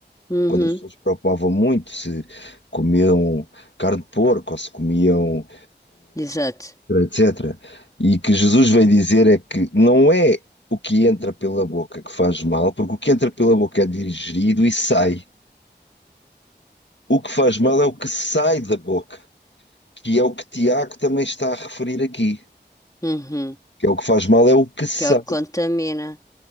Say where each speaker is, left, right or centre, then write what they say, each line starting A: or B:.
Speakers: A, on the left; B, on the left.
A: Uhum,
B: quando as pessoas se preocupavam muito se comiam carne de porco ou se comiam,
A: exato,
B: etc. E que Jesus veio dizer é que não é o que entra pela boca que faz mal, porque o que entra pela boca é digerido e sai. O que faz mal é o que sai da boca, que é o que Tiago também está a referir aqui.
A: uhum.
B: Que é o que faz mal é o que sai,
A: que ele contamina,